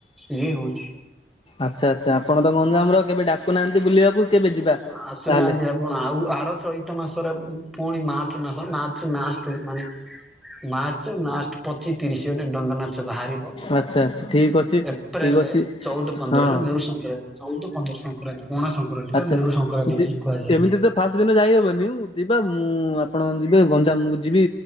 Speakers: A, in the centre; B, on the left.
A: ଇଏ ହଉଛି।
B: ଆଚ୍ଛା ଆଚ୍ଛା ଆପଣ ତ ଗଞ୍ଜାମ ର କେବେ ଡାକୁ ନାହାଁନ୍ତି ବୁଲିବାକୁ କେବେ ଯିବା
A: ଆଁ ଆସୁ
B: ତାହେଲେ
A: ନାହାଁନ୍ତି ଆଉ କଣ ଆଉ ଆର ଚଇତ ମାସରେ ପୁଣି ମାର୍ଚ୍ଚ ମାସ ମାର୍ଚ୍ଚ ନାଷ୍ଟ କୁ ମାନେ ମାର୍ଚ୍ଚ ନାଷ୍ଟ ପଚିସି ତିରିଶ ଆଡ଼େ ଦଣ୍ଡ ନାଚ ବାହାରି ହବ
B: ଆଚ୍ଛା ଆଚ୍ଛା ଠିକ ଅଛି
A: ଏପ୍ରେଲେ
B: ଠିକ ଅଛି
A: ଚଉଦ ପନ୍ଦରରେ
B: ହଁ
A: ମେରୁ ସଂକ୍ରାନ୍ତି ଚଉଦ ପଣା ସଂକ୍ରାନ୍ତି ପଣା ସଂକ୍ରାନ୍ତି
B: ଆଚ୍ଛା
A: ବା ମେରୁ ସଂକ୍ରାନ୍ତି
B: ଦି
A: ବୋଲି କୁହାଯାଉଛି।
B: ଏମିତି ତ ଫାଷ୍ଟ ଦିନ ଯାଇହବନି ଯିବା ମୁଁ ଆପଣ ଯିବେ ଗଞ୍ଜାମ ମୁଁ ଯିବି